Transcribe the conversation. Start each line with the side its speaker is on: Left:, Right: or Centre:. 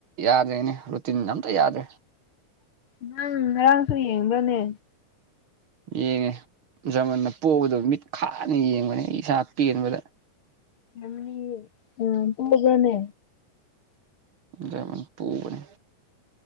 Right: ꯌꯥꯗ꯭ꯔꯦꯅꯦ ꯔꯨꯇꯤꯟꯒ ꯑꯝꯇ ꯌꯥꯗ꯭ꯔꯦ
Left: ꯅꯪ ꯉꯔꯥꯡꯁꯨ ꯌꯦꯡꯕ꯭ꯔꯅꯦ
Right: ꯌꯦꯡꯉꯦ ꯖꯔꯃꯟꯅ ꯄꯣꯛꯕꯗꯣ ꯃꯤꯠ ꯈꯥꯅ ꯌꯦꯡꯕꯅꯦ ꯑꯩ ꯏꯁꯥ ꯄꯦꯟꯕꯗ
Left: ꯖꯔꯃꯅꯤ ꯎꯝ ꯇꯨꯝꯃꯖꯤꯔꯅꯦ
Right: ꯖꯔꯃꯅꯤ ꯄꯨꯕꯅꯤ